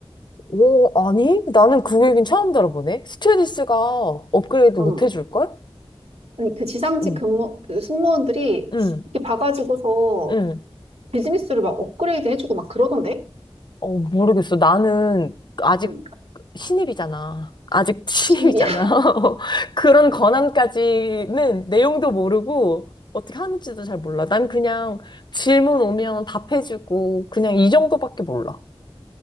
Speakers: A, on the left; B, on the right.
A: 오, 아니? 나는 그 얘기는 처음 들어보네. 스튜어디스가 업그레이드 못
B: 응.
A: 해줄걸?
B: 아니 그 지상직
A: 응.
B: 근무 그 승무원들이
A: 응,
B: 이렇게 봐가지고서
A: 응.
B: 비즈니스를 막 업그레이드 해주고 막 그러던데?
A: 어, 모르겠어. 나는 아직
B: 음,
A: 신입이잖아. 아직 <laughs> 신입이잖아.
B: 신입이야?
A: <laughs> 그런 권한까지는 내용도 모르고 어떻게 하는지도 잘 몰라. 난 그냥 질문 오면 답해주고 그냥 이 정도밖에 몰라.